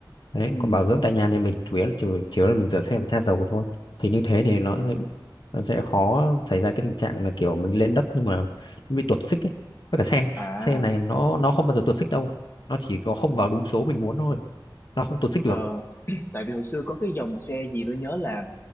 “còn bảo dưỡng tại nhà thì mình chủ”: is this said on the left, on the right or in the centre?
Left